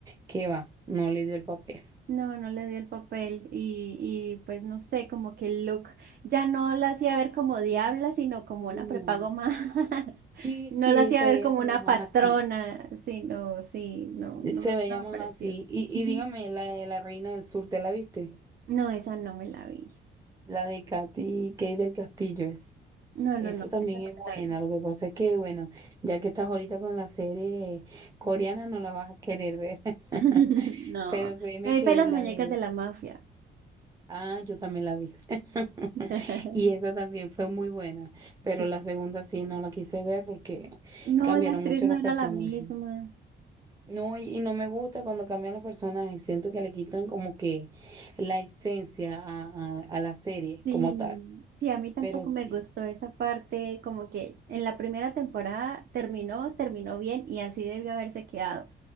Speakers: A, on the right (about 20°); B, on the right (about 50°).
A: qué va, no le dio el papel.
B: No, no le dio el papel y, y pues no sé, como que el look ya no la hacía ver como diabla, sino como una
A: No.
B: prepago más. <laughs>
A: Sí,
B: No
A: sí,
B: la hacía
A: se
B: ver
A: veía
B: como
A: como
B: una
A: más
B: patrona,
A: así.
B: sino, sí, no, no,
A: Se
B: me-
A: veía
B: no
A: más
B: me pareció.
A: así. Y,
B: Ujú.
A: y dígame, la de la Reina del Sur, ¿te la viste?
B: No, esa no me la vi.
A: La de Katy Kay del Castillo es.
B: No, no,
A: Esa
B: no,
A: también
B: esa no
A: es buena.
B: me la vi.
A: Lo que pasa es que, bueno, ya que estás ahorita con la serie coreana, no la vas a querer ver. <laughs>
B: <laughs> No,
A: Pero créeme
B: me
A: que
B: vi fue las
A: la
B: muñecas
A: de...
B: de la mafia.
A: Ah, yo también la vi. <laughs>
B: <laughs>
A: Y esa también fue muy buena. Pero
B: Sí.
A: la segunda sí no la quise ver porque
B: No,
A: cambiaron
B: la actriz
A: mucho
B: no
A: los
B: era
A: personajes.
B: la misma.
A: No, y, y no me gusta cuando cambian los personajes. Siento que le quitan como que la esencia a, a a la serie
B: Sí,
A: como tal.
B: sí, a mí tampoco
A: Pero sí.
B: me gustó esa parte, como que en la primera temporada terminó, terminó bien y así debió haberse quedado,